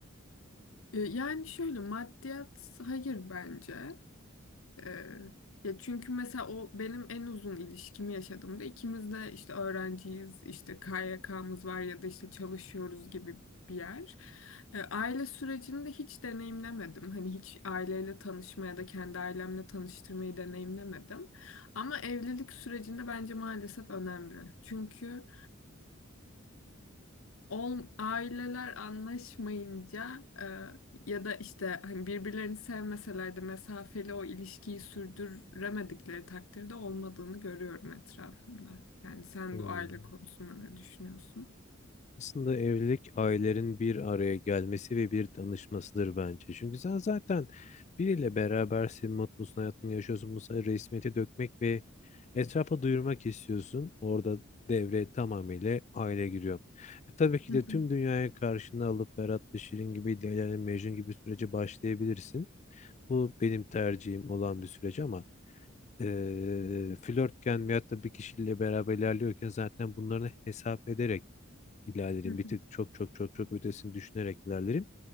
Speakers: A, on the left; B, on the left.
A: E, Yani şöyle maddiyat hayır bence. Ee, ya çünkü mesela o benim en uzun ilişkimi yaşadığımda ikimiz de işte öğrenciyiz, işte KYK'mız var ya da işte çalışıyoruz gibi bir yer. Ee, aile sürecini de hiç deneyimlemedim. Hani hiç aileyle tanışma ya da kendi ailemle tanıştırmayı deneyimlemedim. Ama evlilik sürecinde bence maalesef önemli. Çünkü Ol, aileler anlaşmayınca e, ya da işte hani birbirlerini sevmeseler de mesafeli o ilişkiyi sürdüremedikleri takdirde olmadığını görüyorum etrafımda. Yani sen
B: Hmm.
A: bu aile konusunda ne düşünüyorsun?
B: Aslında evlilik ailelerin bir araya gelmesi ve bir tanışmasıdır bence. Çünkü sen zaten biriyle berabersin, mutlusun, hayatını yaşıyorsun. Bu sefer resmiyete dökmek ve etrafa duyurmak istiyorsun. Orada devre tamamıyla aile giriyor. E, tabii ki
A: Hı
B: de
A: hı,
B: tüm dünyaya karşına alıp Berat Şirin gibi, Leyla ile Mecnun gibi sürece başlayabilirsin. Bu benim tercihim olan bir süreç ama eee flörtken veyahut da bir kişiyle beraber ilerliyorken zaten bunları hesap ederek ilerlerim.
A: hı hı,
B: Bir tık çok çok çok çok ötesini düşünerek ilerlerim.